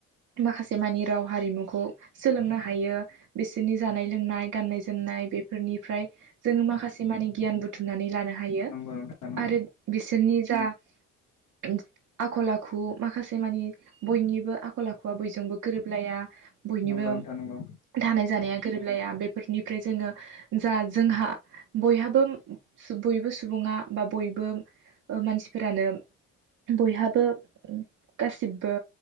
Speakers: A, on the right; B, on the left.
A: माखास मानि राव हारिमुखौ सोलोंनो हायो बिसोरनि जानाय लोंनाय गान्नाय जोमनाय बेफोरनि। निफ्राय जों माखसे मानि गियान बुथुमनानै लानो हायो
B: नंगौ नोंथां नंगौ
A: आरो बि सोरनि जा उम आखल आखु माखासे मानि बयनिबो आखल आखुआ बयजोंबो गोरोबलाया बयनिबो
B: नंगौ नोंथां नंगौ
A: थानाय जानाया गोरोबलाया बेफोर निफ्राय जोङो जा जोंहा बयहाबो बयबो सुबुङा बा बयबो ओ मानसिफोरानो बयहाबो उम गासिबो